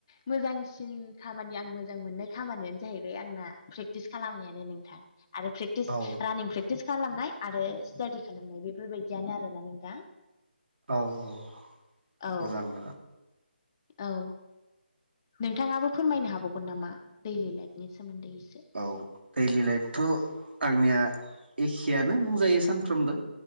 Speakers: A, on the left; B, on the right.
A: मोजांसिन खामानि आं मोजां मोननाय खामानियानो जाहैबाय आंना प्रेकटिस खालामनायानो नोंथां आरो प्रेक्टिस
B: औ
A: रानिं प्रे कटिस खालामनाय आरो स्टाडि खालामनाय बेफोर बायदियानो आरोना नोंथां।
B: औ औ
A: औ
B: मोजां मोजां।
A: औ नोंथांङाबो फोरमायनो हाबावगोन नामा दैलि लाइफनि सोमोन्दै एसे
B: औ दैलि लाइफथ' आंनिया एखेयानो बुंजायो सानफ्रोमबो।